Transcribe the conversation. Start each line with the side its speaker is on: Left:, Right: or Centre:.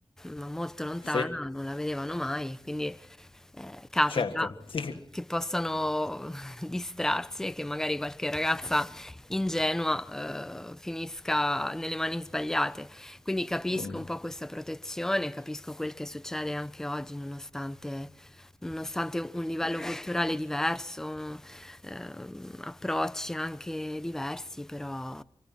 Centre: ma molto lontana,
Left: sì,
Centre: non la vedevano mai, quindi eh, capita
Left: certo. Sì che-
Centre: che possano <laughs> distrarsi e che magari qualche ragazza ingenua eh, finisca nelle mani sbagliate. Quindi capisco
Left: Mm,
Centre: un po' questa protezione, capisco quel che succede anche oggi, nonostante, nonostante un livello culturale diverso, ehm, approcci anche diversi, però